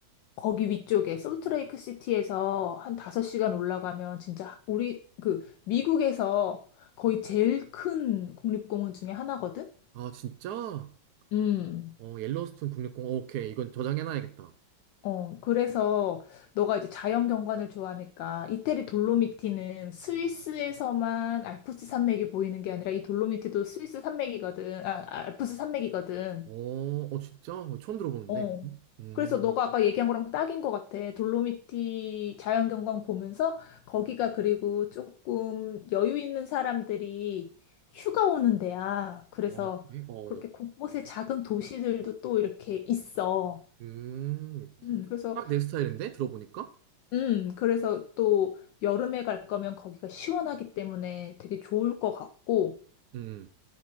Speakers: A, on the left; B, on the right.
A: 거기 위쪽에 솔트레이크 시티에서 한 5시간 올라가면 진짜 우리 그 미국에서 거의 제일 큰 국립공원 중에 하나거든?
B: 아 진짜?
A: 음.
B: 어 옐로우스톤 국립공원 어, 오케이 이건 저장해놔야겠다.
A: 어, 그래서 너가 이제 자연 경관을 좋아하니까 이태리 돌로미티는 스위스에서만 알프스 산맥이 보이는 게 아니라 이 돌로미티도 스위스 산맥이거든. 아, 알프스 산맥이거든.
B: 어, 어 진짜? 어, 처음 들어보는데.
A: 어.
B: 음,
A: 그래서 너가 아까 얘기한 거랑 딱인 것 같아. 돌로미티 자연경관 보면서 거기가 그리고 조금 여유 있는 사람들이 휴가 오는 데야. 그래서
B: 어 그래? 어,
A: 그렇게 곳곳에 작은 도시들도 또 이렇게 있어.
B: 음,
A: 음, 그래서,
B: 딱 내 스타일인데 들어보니까.
A: 음, 그래서 또 여름에 갈 거면 거기가 시원하기 때문에 되게 좋을 것 같고,
B: 음,